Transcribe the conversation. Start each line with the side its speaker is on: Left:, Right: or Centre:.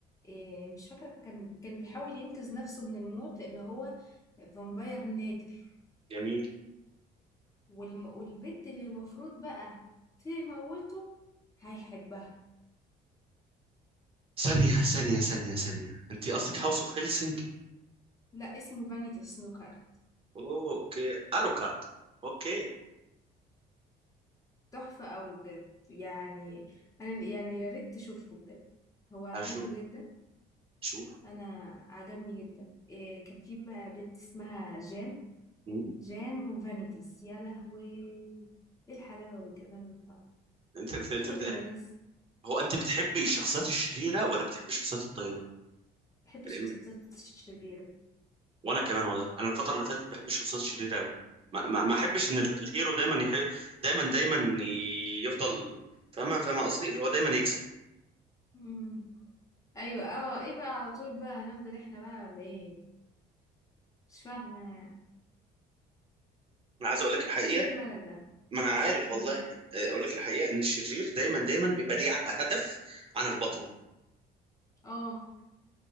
Left: آه، مش فاكرة كان كان بيحاول ينقذ نفسه من الموت لأن هو فامباير نادر
Right: جميل
Left: والم... والبنت اللي المفروض بقى تموته هيحبها
Right: ثانيه ثانيه ثانيه ثانيه انت قصدك هاوس اوف هيلسنج
Left: لا اسمه فانيتا سنوكر
Right: اوه اوكي الو كارت اوكي
Left: تحفة قوي بجد يعني أنا يعني يا ريت تشوفه بجد هو
Right: هشوف
Left: حلو جدا
Right: شوف
Left: أنا عجبني جدا إيه كان في بقى بنت اسمها جان
Right: مم.
Left: جان وفانيتاس يا لهوي ايه الحلاوة والجمال والطعم
Right: انت
Left: في
Right: انت
Left: كده
Right: بت...
Left: يا ناس
Right: هو انت بتحبي الشخصيات الشريره ولا بتحبي الشخصيات الطيبه
Left: بحب الشخصيات
Right: الانمي
Left: الشريرة
Right: وانا كمان والله انا الفتره اللي فاتت بحب الشخصيات الشريره قوي ما, ما, ما احبش ان ال- الهيرو دايما يحب دايما دايما ي- يفضل فاهمه فاهمه قصدي اللي هو دايما يكسب
Left: مم. ايوه اه ايه بقى على طول بقى هنفضل احنا بقى ولا ايه مش فاهمة أنا.
Right: انا عايز اقول لك الحقيقه
Left: ايه الملل ده
Right: ما انا عارف
Left: مم.
Right: والله آه، اقول لك الحقيقه ان الشرير دايما دايما بيبقى ليه هدف عن البطل
Left: اه